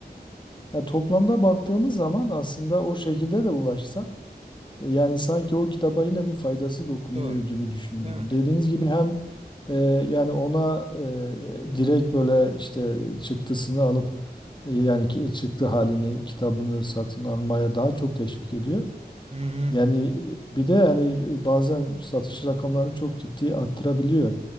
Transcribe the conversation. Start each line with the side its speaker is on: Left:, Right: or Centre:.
Left: e, ya toplamda baktığımız zaman aslında o şekilde de ulaşsa Yani sanki o kitaba yine bir faydası dokunuyor
Right: Doğru.
Left: gibi düşünüyorum.
Right: Değil mi?
Left: Dediğiniz gibi hem e, yani ona e, direkt böyle işte çıktısını alıp e, yani ki- çıktı halini kitabını satın almaya daha çok teşvik ediyor.
Right: Hı hı.
Left: Yani bir de hani bazen satış rakamlarını çok ciddi arttırabiliyor.